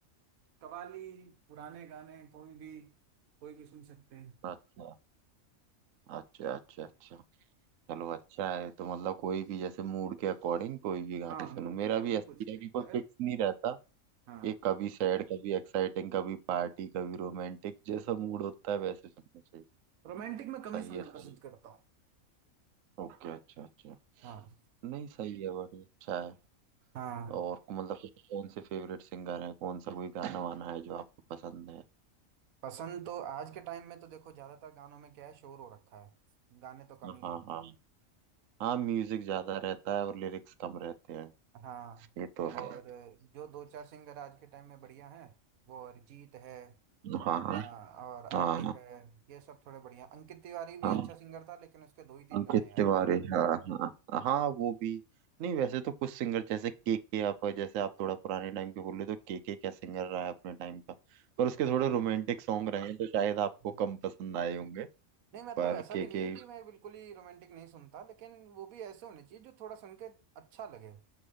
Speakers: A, on the right; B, on the right.
A: कवाली पुराने गाने कोई भी कोई भी सुन सकते हैं
B: अच्छा अच्छा अच्छा अच्छा चलो अच्छा है तो मतलब कोई भी जैसे मूड के अकॉर्डिंग कोई भी गाने
A: हाँ
B: सुनो
A: मूड
B: मेरा
A: के अकॉर्डिंग
B: भी ऐसा
A: कुछ
B: ही है
A: भी
B: कि
A: होता
B: कोई
A: है
B: फिक्स नहीं रहता
A: हाँ
B: कि कभी सैड कभी एक्साइटिंग कभी पार्टी कभी रोमांटिक जैसा मूड होता है वैसे सुनने चाहिए
A: रोमांटिक में कम
B: सही
A: ही सुनना
B: है सही
A: पसंद
B: है
A: करता हूँ
B: ओके अच्छा अच्छा
A: हाँ
B: नहीं सही है बढ़िया अच्छा है
A: हाँ
B: और मतलब कि कौन से फेवरेट सिंगर हैं कौन सा कोई गाना वाना है जो आपको पसंद है
A: पसंद तो आज के टाइम में तो देखो ज्यादातर गानों में क्या है शोर हो रखा है गाने तो कम ही
B: हाँ
A: है
B: हाँ हाँ म्यूजिक ज्यादा रहता है और लिरिक्स कम रहते हैं
A: हाँ
B: ये तो
A: और
B: है
A: जो दो चार सिंगर आज के टाइम में बढ़िया हैं वो अरिजीत है
B: हाँ
A: अपना
B: हाँ
A: और आतिफ
B: हाँ
A: है ये सब थोड़े बढ़िया अंकित तिवारी भी
B: हाँ
A: अच्छा सिंगर था लेकिन उसके दो ही तीन
B: अंकित
A: गाने आए
B: तिवारी हाँ हाँ हाँ वो भी नहीं वैसे तो कुछ सिंगर जैसे के के आप जैसे आप थोड़ा पुराने टाइम के बोल रहे हो, तो के के क्या सिंगर रहा है अपने टाइम का पर उसके थोड़े
A: हाँ
B: रोमांटिक
A: हाँ
B: सॉन्ग रहे हैं तो शायद आपको
A: हम्म,
B: कम पसंद आए होंगे
A: हम्म। नहीं मतलब
B: पर
A: ऐसा
B: के
A: भी नहीं
B: के
A: है कि मैं बिल्कुल ही रोमांटिक नहीं सुनता लेकिन वो भी ऐसे होने चाहिए जो थोड़ा सुन के अच्छा लगे